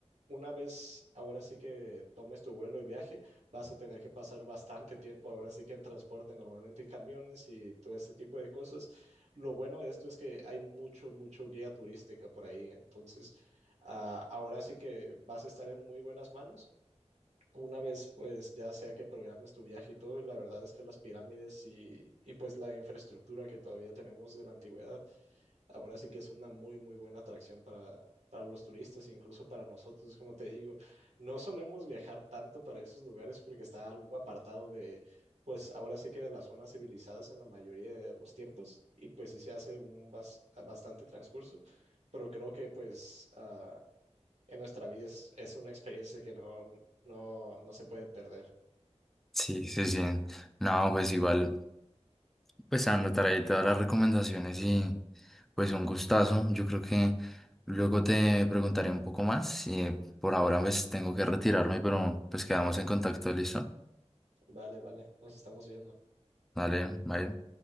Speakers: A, on the right; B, in the centre.
A: una vez ahora sí que tomes tu vuelo y viaje, vas a tener que pasar bastante tiempo ahora sí que en transporte, normalmente en camiones y todo este tipo de cosas. Lo bueno de esto es que hay mucho, mucho guía turística por ahí, entonces ah, ahora sí que vas a estar en muy buenas manos. Una vez, pues ya sea que programes tu viaje y todo, la verdad es que las pirámides y, y pues la infraestructura que todavía tenemos de la antigüedad, ahora sí que es una muy, muy buena atracción para, para los turistas e incluso para nosotros, como te digo, no solemos viajar tanto para esos lugares porque está algo apartado de, pues ahora sí que de las zonas civilizadas en la mayoría de los tiempos y pues sí se hace un bas- bastante transcurso, pero creo que pues... ah, en nuestra vida es, es una experiencia que no, no, no se puede perder.
B: Sí, sí, sí. No, pues igual. Pues Sandra, traí todas las recomendaciones y pues un gustazo. Yo creo que luego te preguntaré un poco más. Y eh, por ahora pues tengo que retirarme, pero pues quedamos en contacto, ¿listo?
A: Vale, vale, nos estamos viendo.
B: Dale, bye.